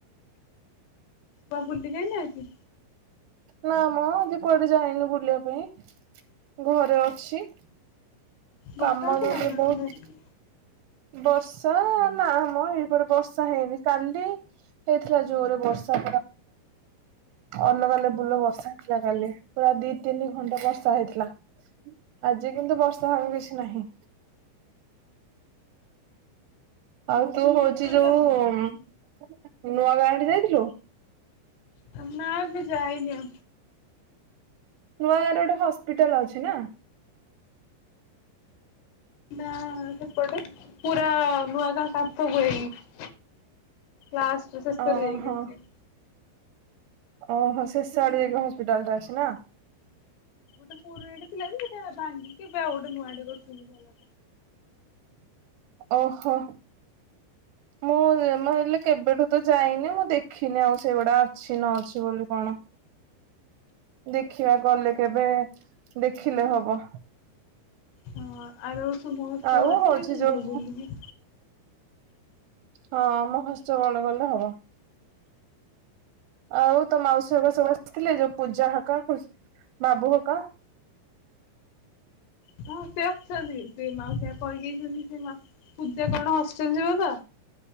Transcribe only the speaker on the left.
କୁଆଡେ ବୁଲି ଯାଇନାହାଁନ୍ତି।
ବର୍ଷା
ହଉଥିଲା
ନା ଆମର
ଏପଟେ
ତ ନା ଏବେ ଯାଇନି ଆଉ।
ନା ସେପଟେ ପୁରା ନୂଆଗାଁ କାଥ ହେଇକି ଲାଷ୍ଟ ଶେସ
ରେ ଯାଇକି ଅଛି
ଗୋଟେ ପୁରୁଣାଟେଥିଲା ଯେ ସେଟା ଭାଙ୍ଗି ଏବେ ଆଉ ଗୋଟେ ନୂଆ ଟେ କରୁଛନ୍ତି ଭଲ
ହଁ ଆର ବର୍ଷ ମହୋତ୍ସବ
ଆସିବେ
ଯିବ ବୁଲିକି
ହଁ ସେ ଅଛନ୍ତି ସେ ମାଉସି କହିଦେଇଛନ୍ତି ସେ ମା ପୂଜା କଣ ହଷ୍ଟେଲ ଯିବ ତ